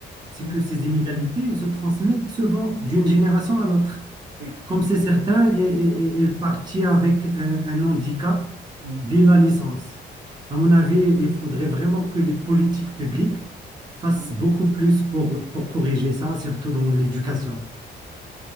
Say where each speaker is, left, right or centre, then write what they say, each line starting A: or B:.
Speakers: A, on the right; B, on the right.
A: c'est
B: mhm,
A: que ces inégalités se transmettent souvent d'une génération à l'autre.
B: oui.
A: Comme c'est certain, et- et- et- il partit avec un, un handicap
B: mhm,
A: dès la naissance. À mon avis, il faudrait vraiment que les politiques publiques fassent
B: mhm.
A: beaucoup plus pour, pour corriger ça, surtout dans l'éducation.